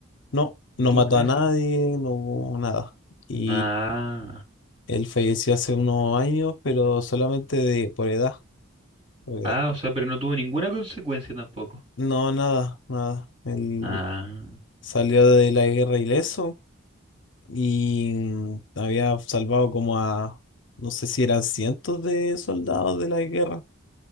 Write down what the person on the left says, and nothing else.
No, no
mató
a nadie, no hubo nada. Y
él falleció hace unos años, pero solamente de por edad, por
edad.
No, nada, nada. Él
salió de la guerra ileso y mm, había salvado como a, no sé si eran cientos de soldados de la guerra.